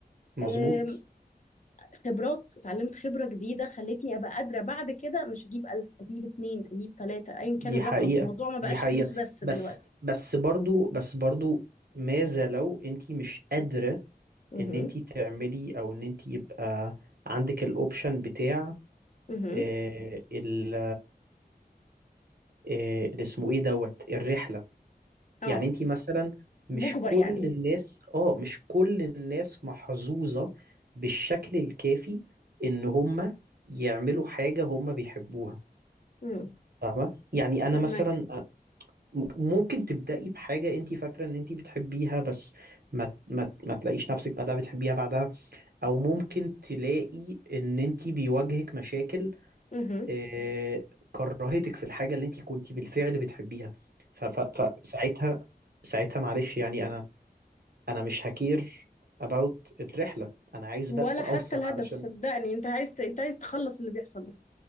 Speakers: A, on the right (about 70°); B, on the left (about 50°).
A: مظبوط
B: آم، خبرات اتعلمت خبرة جديدة خلتني ابقى قادرة بعد كده مش اجيب ألف اجيب اتنين اجيب تلاتة ايا
A: دي
B: كان الرقم
A: حقيقة
B: الموضوع ما بقاش
A: دي حقيقة
B: فلوس بس
A: بس
B: دلوقتي
A: بس برضو بس برضو ماذا لو انت مش قادرة
B: اها
A: ان انت تعملي او ان انت يبقى عندك الاوبشن بتاع
B: اها
A: آه، ال آه، اللي اسمه ايه دوت الرحله
B: اه
A: يعني انت مثلا مش
B: بجبر
A: كل
B: يعني
A: الناس اه مش كل الناس محظوظه بالشكل الكافي ان هم يعملوا حاجه هم بيحبوها
B: امم
A: فاهمه يعني
B: فهماك
A: انا مثلا آه، م- ممكن تبداي بحاجه انت فاكره ان انت بتحبيها بس ما ما ما تلاقيش نفسك بعدها بتحبيها بعدها او ممكن تلاقي ان انت بيواجهك مشاكل
B: اها
A: آه، كرهتك في الحاجة اللي انت كنت بالفعل بتحبيها ف- ف- فساعتها ساعتها معلش يعني انا انا مش هكير about الرحلة انا عايز
B: ولا
A: بس
B: حتى
A: اوصل
B: الهدف
A: علشان
B: صدقني انت عايز ت... انت عايز تخلص اللي بيحصل ده